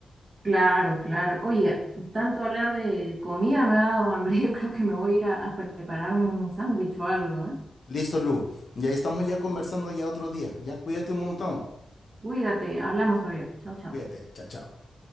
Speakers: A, on the right (about 45°); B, on the left (about 60°).
A: claro, claro. Oye, tanto hablar de, de comida me ha dado hambre. <laughs> Yo creo que me voy a ir a, a prepararme un sándwich o algo, ¿eh?
B: Listo, Lu. Y ahí estamos ya conversando ya otro día. Ya cuídate un montón.
A: Cuídate, hablamos, Javier. Chao, chao.
B: Cuídate. Chao, chao.